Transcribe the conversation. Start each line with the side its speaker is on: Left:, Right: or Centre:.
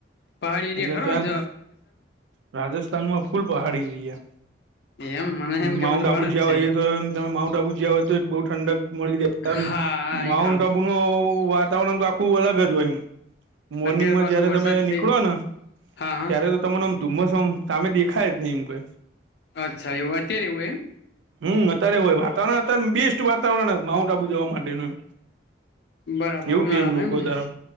Left: પહાડી એરિયા
Right: એટલે
Left: ખરો
Right: ત્યાં
Left: છે.
Right: રાજસ્થાનમાં ભૂલ પહાડી્યા.
Left: એમ મને એમ
Right: માઉન્ટ
Left: કે બધું
Right: આબુ
Left: રણ
Right: જવા
Left: જ છે
Right: હોઈએ તો તમે માઉન્ટ આબુ જવા હોય તો બઉુ ઠંડક મળી જ.
Left: હા
Right: માઉન્ટ
Left: એ ખરું
Right: આબુ ન વાતાવરણ તો આખું અલગ જ હોય એમ. મોર્નિંગ
Left: અત્યારે
Right: માં
Left: પાછું
Right: જયારે
Left: વરસાદ
Right: તમે
Left: થઈ
Right: નીકળો ને.
Left: હા હા
Right: ત્યારે તો તમને આમ ધુમ્મસ આમ સામે દેખાય જ નહી એમ કઈ.
Left: અચ્છા એવું અત્યારે એવું એમ.
Right: હમ અત્યારે હોય વાતાવરણ અત્યારે બેસ્ટ વાતાવરણ માઉન્ટ આબુ જવા માટેનું.
Left: બરાબર
Right: <inaudible> એવું
Left: ઉનાળામાં
Right: કેમ લોકો
Left: એમ ને
Right: તરમ